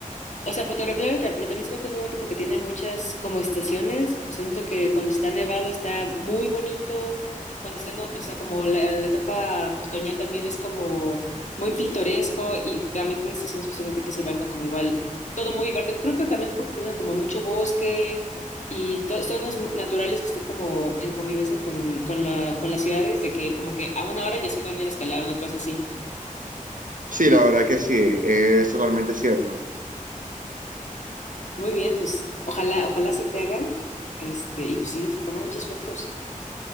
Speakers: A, on the left; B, on the right.
A: O sea, fotografía de otra, pero también siento que es muy bonito porque tiene muchas como estaciones. O sea, siento que cuando está nevado está muy bonito. Cuando está, en o o sea, como la, la etapa otoñal también es como muy pintoresco y también tiene estaciones justamente que es el verano como igual, todo muy verde. Creo que también porque tiene como mucho bosque y to- zonas mu- naturales que estén como en convivencia con, con la, con las ciudades, de que como que a una hora ya se pueden ir a escalar, una cosa así.
B: Sí, la verdad que sí, es totalmente cierto.
A: Muy bien, pues ojalá, ojalá se te haga, este, y pues sí, toma muchas fotos.